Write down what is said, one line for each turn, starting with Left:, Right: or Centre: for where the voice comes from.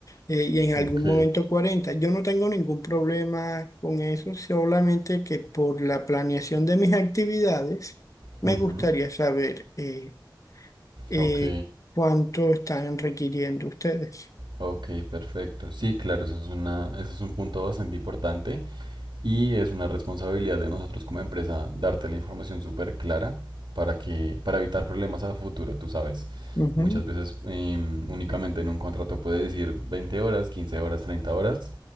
Left: eh, y en
Right: ok,
Left: algún momento cuarenta Yo no tengo ningún problema con eso, solamente que por la planeación de mis actividades me
Right: ujú,
Left: gustaría saber eh, eh,
Right: ok,
Left: cuánto están requiriendo ustedes.
Right: ok, perfecto. Sí, claro, eso es una, eso es un punto bastante importante. Y es una responsabilidad de nosotros como empresa darte la información súper clara para que, para evitar problemas a futuro, tú sabes.
Left: Ujú.
Right: Muchas veces em, únicamente en un contrato puede decir 20 horas, 15 horas, 30 horas,